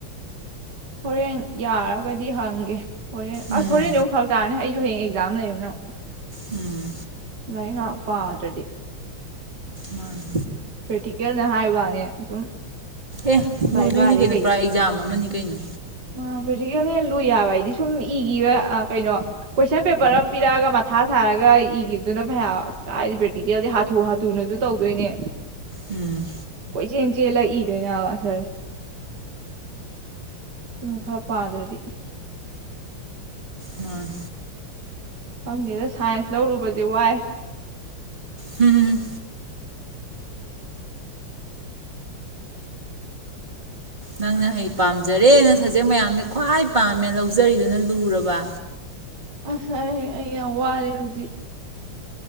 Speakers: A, on the right (about 55°); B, on the right (about 20°).
A: ꯍꯣꯔꯦꯟ ꯌꯥꯔꯒꯗꯤ ꯍꯪꯒꯦ ꯍꯣꯔꯦꯟ
B: ꯎꯝ
A: ꯑꯁ ꯍꯣꯔꯦꯟꯗꯤ ꯑꯃꯨꯛ ꯐꯔꯛ ꯇꯥꯔꯅꯤ ꯑꯩꯖꯨ ꯍꯌꯦꯡ ꯑꯦꯛꯖꯥꯝ ꯂꯩ <unintelligible>
B: ꯎꯝ
A: ꯂꯥꯏꯔꯤꯛ ꯉꯥꯍꯥꯛ ꯄꯥꯗ꯭ꯔꯗꯤ
B: ꯃꯥꯅꯤ
A: ꯄꯔ꯭ꯦꯛꯇꯤꯀꯦꯜꯅ ꯍꯥꯏꯕꯅꯦ ꯑꯗꯨꯝ
B: ꯑꯦ
A: ꯚꯥꯏꯕꯥꯗꯩ
B: ꯂꯨꯗꯣꯏꯅꯤ ꯀꯩꯅꯣ ꯄꯨꯔꯥ ꯑꯦꯛꯖꯥꯝ ꯑꯃꯅꯤ ꯀꯩꯅꯣ
A: ꯃꯥ ꯄ꯭ꯔꯦꯛꯇꯤꯀꯦꯜꯅ ꯍꯦꯟꯅ ꯂꯨꯏ ꯍꯥꯏꯕ ꯑꯩꯗꯤ ꯁꯨꯝ ꯏꯒꯤꯕ ꯑꯥ ꯀꯩꯅꯣ ꯀꯣꯏꯁꯟ ꯄꯦꯄꯔ ꯑꯃ ꯄꯤꯔꯛꯑꯒ ꯃꯊꯥ ꯁꯥꯔꯒ ꯏꯒꯤꯕꯗꯨꯅ ꯐꯩ ꯑꯁ ꯀꯥꯏꯗꯤ ꯄ꯭ꯔꯦꯛꯇꯤꯀꯦꯜꯗꯤ ꯍꯥꯊꯨ ꯍꯥꯊꯨꯅꯖꯨ ꯇꯧꯗꯣꯏꯅꯦ
B: ꯎꯝ
A: ꯀꯣꯏꯆꯦꯟ ꯆꯦꯜꯂ ꯏꯗꯣꯏꯅꯦ ꯍꯥꯏꯕ ꯑꯟꯁꯔꯖꯦ ꯎ ꯈꯔ ꯄꯥꯗ꯭ꯔꯗꯤ
B: ꯑꯝ
A: ꯐꯝꯗꯦꯗ ꯁꯥꯏꯟꯁ ꯂꯧꯔꯨꯕꯁꯦ ꯋꯥꯏ
B: ꯍꯝ ꯅꯪꯅ ꯍꯩ ꯄꯥꯝꯖꯔꯦꯅ ꯁꯕꯖꯦꯛ ꯃꯌꯥꯝꯗꯩ ꯈ꯭ꯋꯥꯏ ꯄꯥꯝꯃꯦ ꯂꯧꯖꯔꯤꯗꯨꯅ ꯂꯨꯔꯕ
A: ꯑꯁ ꯑꯩ ꯑꯩ ꯌꯥꯝ ꯋꯥꯔꯦ ꯍꯧꯖꯤꯛ